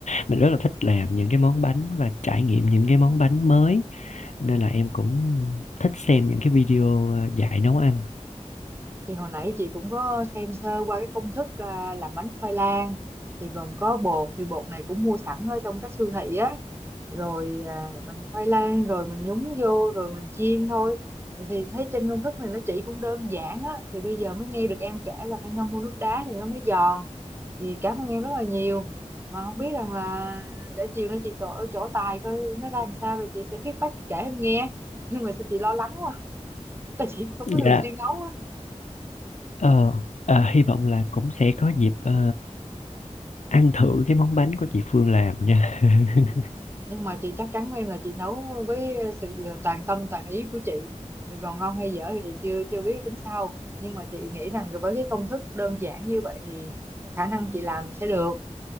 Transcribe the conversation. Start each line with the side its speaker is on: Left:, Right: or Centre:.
Left: Mình rất là thích làm những cái món bánh và trải nghiệm những cái món bánh mới nên là em cũng thích xem những cái video ờ, dạy nấu ăn.
Right: thì hồi nãy chị cũng có xem sơ qua cái công thức à, làm bánh khoai lang thì gồm có bột thì bột này cũng mua sẵn ở trong các siêu thị á rồi à, mình khoai lang rồi mình nhúng vô rồi mình chiên thôi thì thì thấy trên công thức này nó chỉ cũng đơn giản á thì bây giờ mới nghe được em kể là phải ngâm mua nước đá thì nó mới giòn thì cảm ơn em rất là nhiều mà không biết rằng là để chiều nay chị chỗ chỗ tài coi nó ra làm sao rồi chị sẽ feedback chị kể em nghe nhưng mà sao chị lo lắng quá tại chị không
Left: Dạ.
Right: có thường xuyên nấu
Left: Ờ, à, hy vọng là cũng sẽ có dịp ờ, ăn thử cái món bánh của chị Phương làm nha. <laughs>
Right: nhưng mà chị chắc chắn với em là chị nấu với sự toàn tâm toàn ý của chị nhưng còn ngon hay dở thì chưa chưa biết tính sau nhưng mà chị nghĩ rằng với cái công thức đơn giản như vậy thì khả năng chị làm sẽ được